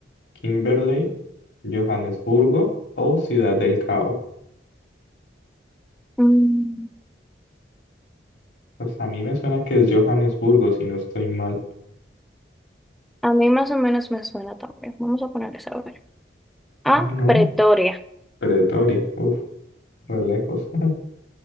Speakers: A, on the left (about 80°); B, in the centre.
A: Kimberley, Johannesburgo o Ciudad del Cabo.
B: Mm,
A: Pues a mí me suena que es Johannesburgo, si no estoy mal.
B: a mí más o menos me suena también. Vamos a poner esa, a ver. Ah,
A: Ah, no,
B: Pretoria.
A: Pretoria. Uf, re lejos. <laughs>